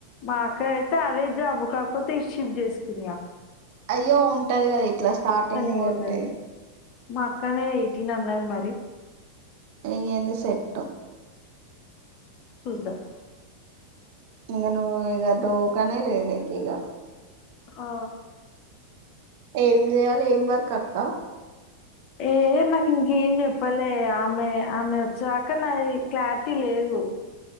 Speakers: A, on the left (about 40°); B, on the right (about 45°).
A: మా అక్క అయితే అదే జాబు కాకపోతే ఇషివ్ చేసుకున్నాయా
B: అయ్యో ఉంటది కదా ఇట్లా స్టార్టింగ్
A: ఇయ్యలేదు
B: ఉంటే
A: మా అక్కనే ఇటీన్ అన్నది మరి
B: ఇగ ఎంది సెట్
A: సుద్దమ్
B: ఇక ను ఇది అటు కానీ లేద నికి ఇగా
A: ఆ
B: ఏం చేయాలి ఏం వర్క్ అక్క
A: ఏ నాకు ఇంకేం చెప్పాలే ఆమె ఆమె వచ్చే దాక నాది క్లారిటీ లేదు బో